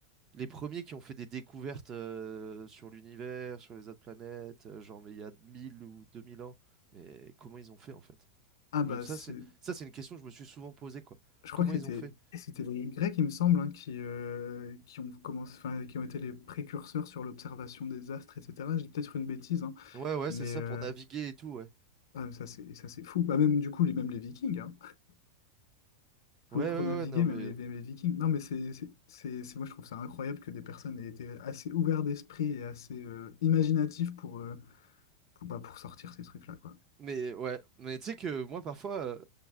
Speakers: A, on the right (about 20°); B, on the left (about 80°).
A: les premiers qui ont fait des découvertes euh, sur l'univers, sur les autres planètes, euh, genre, mais il y a 1000 ou 2000 ans. Mais comment ils ont fait, en fait?
B: Ah
A: Je
B: bah,
A: me, ça,
B: c'est,
A: c'est, ça, c'est une question que je me suis souvent posée, quoi.
B: je crois
A: Comment
B: que c'était,
A: ils ont fait?
B: c'était les Grecs, il me semble, hein, qui, euh, qui ont commencé, enfin, qui ont été les précurseurs sur l'observation des astres, etc. Je dis peut-être une bêtise, hein,
A: Ouais, ouais,
B: mais
A: c'est ça,
B: euh,
A: pour naviguer et tout, ouais.
B: ah, ça c'est, ça c'est fou. Bah, même du coup, les, même les Vikings, hein. pour,
A: Ouais,
B: pour
A: ouais,
B: naviguer,
A: ouais, non,
B: même
A: mais.
B: les, même les Vikings. Non, mais c'est, c'est, c'est- c'est- moi, je trouve ça incroyable que des personnes aient été assez ouvertes d'esprit et assez euh, imaginatives pour, euh, pour, bah, pour sortir ces trucs-là, quoi.
A: Mais ouais, mais tu sais que moi parfois, euh,